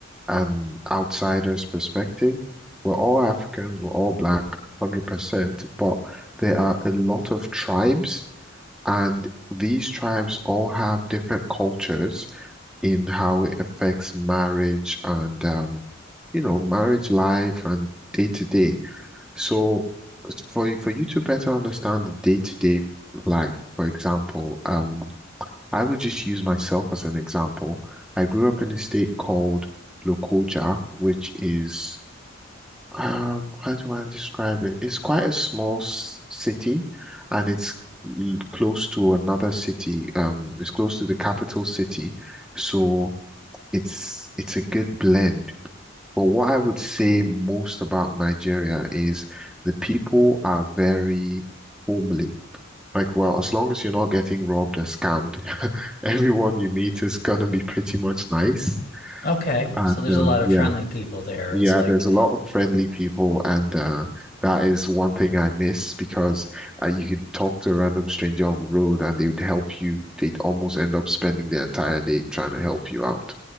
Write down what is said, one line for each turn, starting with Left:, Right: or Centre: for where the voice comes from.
Centre: an outsider's perspective. We're all Africans, we're all black, 100%, but there are a lot of tribes. And these tribes all have different cultures in how it affects marriage and, um, you know, marriage life and day to day. So for, for you to better understand the day to day life, for example, um, I would just use myself as an example. I grew up in a state called Lokoja, which is um, how do I describe it? It's quite a small s city and it's l- close to another city. Um, it's close to the capital city. So it's it's a good blend. But what I would say most about Nigeria is the people are very homely. Like, well, as long as you're not getting robbed or scammed, <laughs> everyone you meet is gonna be pretty much nice.
Left: Okay,
Centre: And
Left: so there's
Centre: um,
Left: a lot of
Centre: yeah.
Left: friendly people there.
Centre: Yeah,
Left: It's like
Centre: there's a lot of friendly people, and uh, that is one thing I miss because uh, you could talk to a random stranger on the road and they would help you. They'd almost end up spending the entire day trying to help you out.